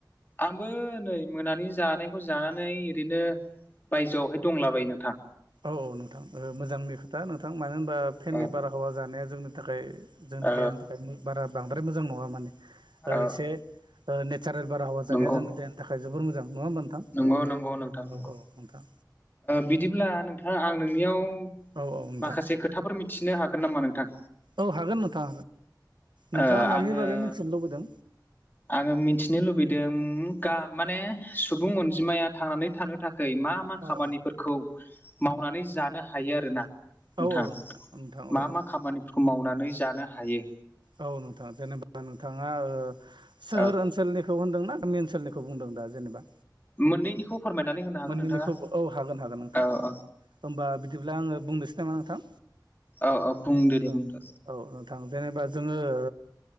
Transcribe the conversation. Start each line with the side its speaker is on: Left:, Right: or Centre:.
Left: आंबो नै मोनानि जानायखौ जानानै ओरैनो बायजोआवहाय दंलाबायायो नोंथां
Right: औ औ नोंथां मोजांनि खोथा नोंथां मानो होनबा फेननि
Left: औ
Right: बारहावा जानाया जोंनि थाखाय जोंनि
Left: औ
Right: देहानि थाखाय बारा बांद्राय मोजां नङा माने ओ
Left: औ
Right: एसे नेचारेल बारहावा
Left: नंगौ
Right: जानाया जों देनि थाखाय जोबोर मोजां नङा होमबा नोंथां
Left: नंगौ नंगौ नोंथां
Right: औ
Left: नंगौ।
Right: औ नोंथां
Left: बिदिब्ला नोंथां आं नोंनियाव
Right: औ औ नोंथां
Left: माखासे खोथाफोर मिथिनो हागोन नामा नोंथां
Right: औ हागोन नोंथां नोंथाङा
Left: ओ
Right: मानि
Left: आङो
Right: बागै मिथिनो लुबैदों
Left: <inaudible> आङो मिथिनो लुबैदों गा माने सुबुं अनजिमाया थांनानै थानो थाखाय मा मा मा
Right: औ
Left: खामानिफोरखौ
Right: औ
Left: मावनानै जानो हायो आरोना नोंथां
Right: औ औ नोंथां नोंथां औ
Left: मा
Right: औ
Left: मा खामानिफोरखौ मावनानै जानो हायो
Right: औ नोंथाङा जेनेबा नोंथाङा ओ सोहोर
Left: औ
Right: ओनसोलनि खौ होनदोंना मे ओनसोलनिखौ बुंदों दा जेनेबा
Left: मोननैनिखौ फोरमायनानै होनो हागोन
Right: मोननैनिखौबो
Left: नोंथाङा
Right: औ हागोन हागोन नोंथां
Left: औ
Right: हागोन
Left: औ
Right: होमबा बिदिब्ला आङो बुंनोसै नामा नोंथां
Left: औ औ बुंदो दे
Right: औ
Left: बुंदो
Right: औ थां जेनेबा जोङो ओ